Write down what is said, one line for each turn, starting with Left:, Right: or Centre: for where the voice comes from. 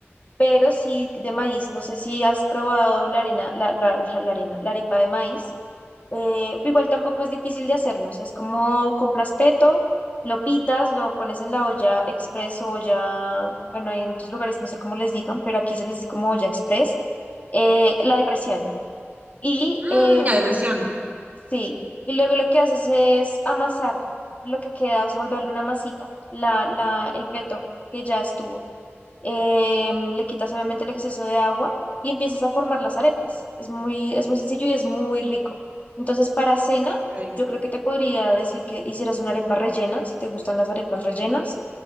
Left: pero sí de maíz, no sé si has probado la harina, la, la, la la harina, la arepa de maíz. Eh, igual tampoco es difícil de hacerlo, o sea, es como compras peto, lo pitas, lo pones en la olla express o olla, bueno, hay en otros lugares no sé cómo les digan, pero aquí se les dice como olla express, eh, la depresión. Y
Right: Mm,
Left: em,
Right: la depresión.
Left: sí, y luego lo que haces es amasar lo que queda, o sea, volverle una masita, la, la, el peto que ya estuvo eh, le quitas obviamente el exceso de agua y empiezas a formar las arepas. Es muy, es muy sencillo y es muy rico. Entonces, para cena,
Right: Ok.
Left: yo creo que te podría decir que hicieras una arepa rellena, si te gustan las arepas rellenas,